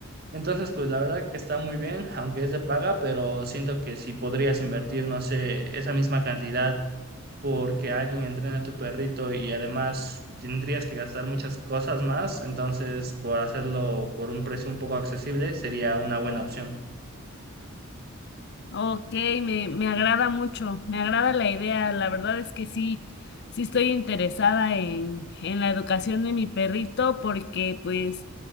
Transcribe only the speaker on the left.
Ok, me, me agrada mucho, me agrada la idea. La verdad es que sí, sí estoy interesada en, en la educación de mi perrito porque pues